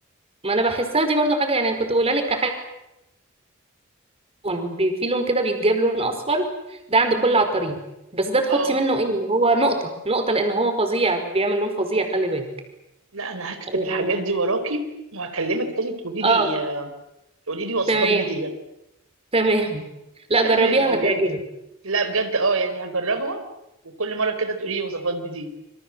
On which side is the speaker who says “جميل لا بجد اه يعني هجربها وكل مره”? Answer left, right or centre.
Right